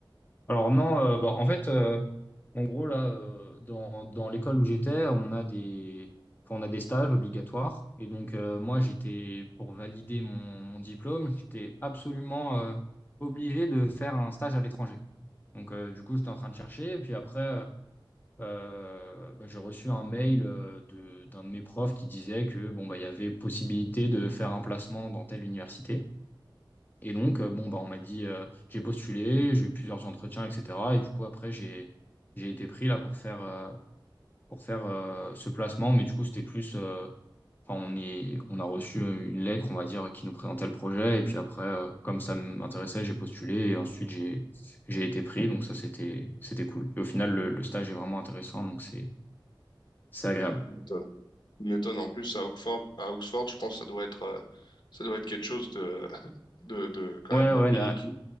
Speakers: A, on the left; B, on the left.
A: Alors non, euh, bon, en fait, euh, en gros, là, euh, dans, dans l'école où j'étais, on a des, enfin, on a des stages obligatoires. Et donc, euh, moi, j'étais, pour valider mon, mon diplôme, j'étais absolument euh, obligé de faire un stage à l'étranger. Donc, euh, du coup, j'étais en train de chercher. Et puis après, euh, euh, bah, j'ai reçu un mail euh, de- d'un de mes profs qui disait que bon bah il y avait possibilité de faire un placement dans telle université. Et donc euh, bon bah on m'a dit euh, j'ai postulé, j'ai eu plusieurs entretiens, etc. Et du coup après j'ai j'ai été pris là pour faire euh, pour faire euh, ce placement, mais du coup c'était plus euh, enfin, on est on a reçu une lettre on va dire qui nous présentait le projet et puis après euh, comme ça m'intéressait j'ai postulé et ensuite j'ai j'ai été pris donc ça c'était c'était cool. Et au final le, le stage est vraiment intéressant donc c'est c'est agréable.
B: m'étonne m'étonnes. En plus à Oxford, à Oxford, je pense que ça doit être euh, ça doit être quelque chose de <laughs> de de quand
A: Ouais,
B: même
A: ouais,
B: unique
A: la,